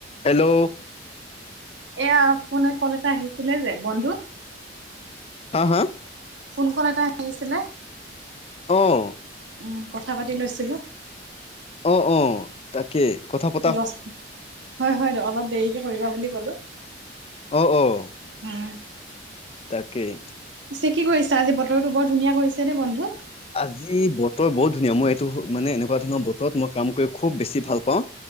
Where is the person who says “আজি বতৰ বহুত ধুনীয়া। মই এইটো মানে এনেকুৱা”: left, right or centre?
Left